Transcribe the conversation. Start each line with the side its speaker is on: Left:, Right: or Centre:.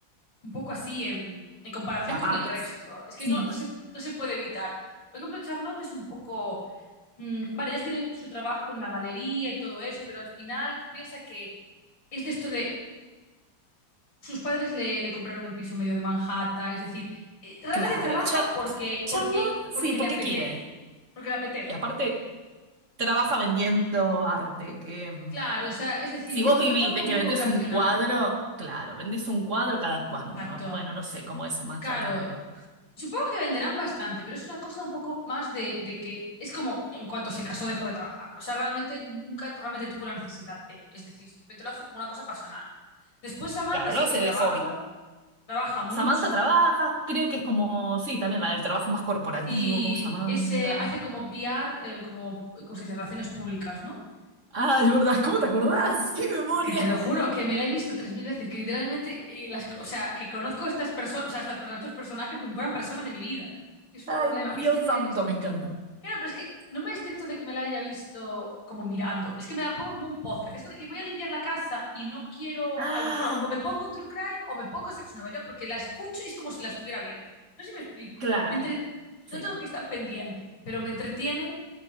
Left: un poco así en, en comparación
Right: De apartes.
Left: con el resto. Es que
Right: Sí,
Left: no, no se, no se puede evitar. Por ejemplo, Charlotte es un poco. mm, vale, ella tiene su trabajo en la galería y todo eso, pero al final tú piensas que es de esto de sus padres le, le compraron el piso en medio de Manhattan, es decir, eh, realmente
Right: claro.
Left: trabaja
Right: Char-
Left: porque,
Right: Charlotte,
Left: porque, porque
Right: sí, porque
Left: le apetece,
Right: quiere.
Left: porque le apetece.
Right: Y aparte, trabaja vendiendo arte, que...
Left: Claro, o sea, es decir,
Right: Si
Left: tiene
Right: vos
Left: un
Right: vivís
Left: trabajo
Right: de que
Left: muy
Right: vendés
Left: vocacional.
Right: un cuadro, claro, vendís un cuadro cada cuánto.
Left: Exacto.
Right: Bueno, no sé cómo es en Manhattan,
Left: Claro,
Right: pero
Left: supongo que venderán bastante, pero es una cosa un poco más de, de que es como en cuanto se casó dejó de trabajar. O sea, realmente nunca realmente tuvo la necesidad de, es decir, simplemente lo hace como una cosa pasional. Después Samantha
Right: claro,
Left: sí
Right: lo hace
Left: que trabaja,
Right: de hobby.
Left: trabaja mucho
Right: Samantha trabaja, creo que es como, sí, también la del trabajo más corporativo,
Left: Sí,
Right: Samantha.
Left: ese hace como PR, eh, como, ¿cómo se dice? Relaciones públicas, ¿no?
Right: ah, es ¿verdad? ¿Cómo te acordás? <laughs> ¡Qué memoria!
Left: Es que te lo juro que me la he visto tres mil veces, que literalmente, eh, las, o sea, que conozco a estas personas, o sea, estas personas, estos personajes como si fueran personas de mi vida. Que es un
Right: Ay,
Left: problema,
Right: Dios
Left: que es que me
Right: santo,
Left: la he visto.
Right: me encanta.
Left: Claro, pero es que no me excepto de que me la haya visto como mirando. Es que me la pongo como un podcast. Esto de que voy a limpiar la casa y no quiero,
Right: Ah,
Left: a lo mejor, o me pongo un true crime o me pongo Sexo en Nueva York, porque la escucho y es como si la estuviera viendo. No sé si me explico.
Right: claro,
Left: Me entre-
Right: sí.
Left: No tengo que estar pendiente, pero me entretiene